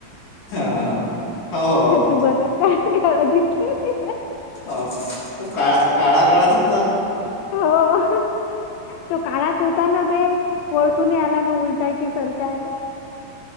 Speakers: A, on the left; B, on the left.
A: हा. हो हो
B: तू बरं काळ काळा दिसला नाही.
A: हो त काळा काळा काळात होत‌ ब <inaudible>
B: हो तो काळाच होता ना बे. ओळखून आला ना उलटाय कि सारखंय.